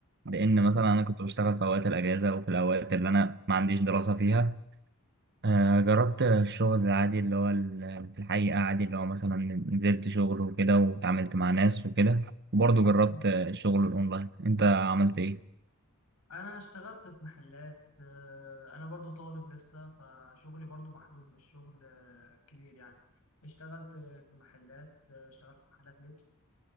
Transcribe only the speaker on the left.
مم.
مم.
انا اشتغلت في محلات آه، انا برضو طالب لسه فشغلي برضو محدود مش شغل آه، كبير يعني اشتغلت في محلات آه، اشتغلت في محلات لبس